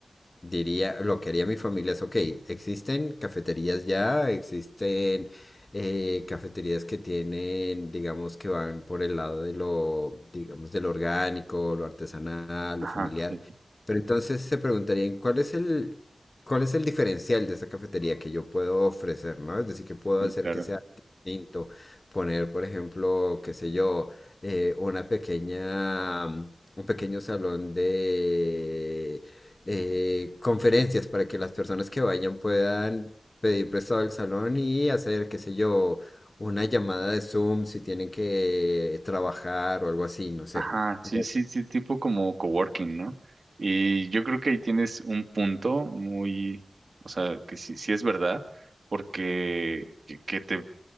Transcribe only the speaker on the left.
diría, lo que haría mi familia es, ok, existen cafeterías ya, existen eh, cafeterías que tienen, digamos, que van por el lado de lo, digamos, de lo orgánico, lo artesanal,
lo familiar.
Pero entonces se preguntarían, ¿cuál es el, cuál es el diferencial de esa cafetería que yo puedo ofrecer, ¿no? Es decir, que puedo
hacer
que sea distinto, poner, por ejemplo, qué sé yo, eh, una pequeña, un pequeño salón de eh, conferencias para que las personas que vayan puedan pedir prestado el salón y hacer, qué sé yo, una llamada de Zoom si tienen que trabajar o algo así, no sé.
Ujú.